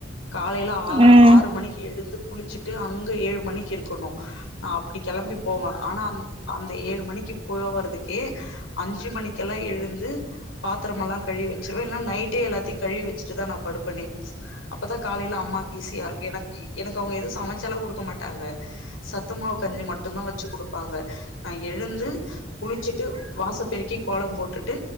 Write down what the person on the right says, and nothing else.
ம் ம்
ம் ம் ம் ம்